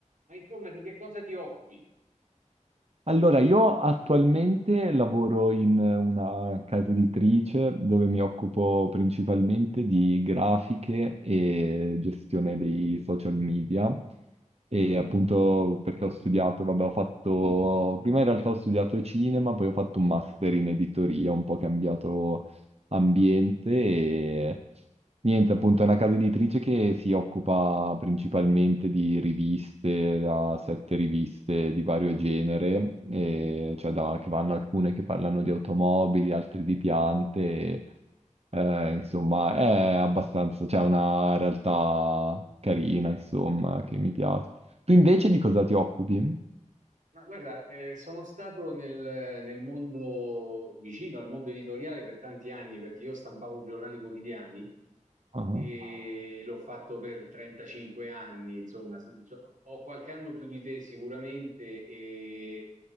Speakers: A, on the right; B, on the right.
A: Ma insomma, di che cosa ti occupi?
B: Allora, io attualmente lavoro in una casa editrice dove mi occupo principalmente di grafiche e gestione dei social media. E appunto perché ho studiato, vabbè, ho fatto, prima in realtà ho studiato cinema, poi ho fatto un master in editoria, ho un po' cambiato ambiente Niente, appunto, è una casa editrice che si occupa principalmente di riviste, da sette riviste di vario genere, e cioè da- che vanno alcune che parlano di automobili, altre di piante, e, eh, insomma, è abbastanza, c'è una realtà carina, insomma, che mi piace. Tu invece di cosa ti occupi?
A: Ma guarda, eh, sono stato nel, nel mondo vicino al mondo editoriale per tanti anni perché io stampavo giornali quotidiani
B: Ah,
A: e l'ho fatto per 35 anni, insomma, se- so- ho qualche anno più di te sicuramente e,